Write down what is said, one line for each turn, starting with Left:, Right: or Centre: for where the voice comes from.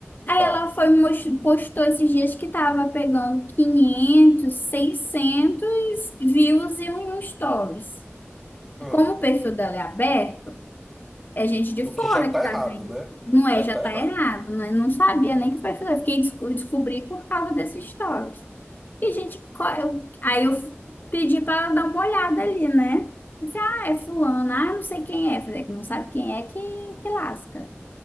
Left: Aí
Centre: tá.
Left: ela foi me mos- postou esses dias que tava pegando 500, 600 views e um um stories.
Centre: Aham.
Left: Como o perfil dela é aberto, é gente de
Centre: O
Left: fora
Centre: que já tá
Left: que tá
Centre: errado,
Left: vendo.
Centre: né?
Left: Não é,
Centre: Já
Left: já
Centre: tá
Left: tá
Centre: errado.
Left: errado, né? Não sabia
Centre: tá errado.
Left: nem que o perfil dela. Fiquei desco- descobri por causa desses stories. E, gente, qual é o- aí eu pedi pra dar uma olhada ali, né? Disse, ah, é fulano, ah, não sei quem é. Falei, que não sabe quem é, que, que lasca.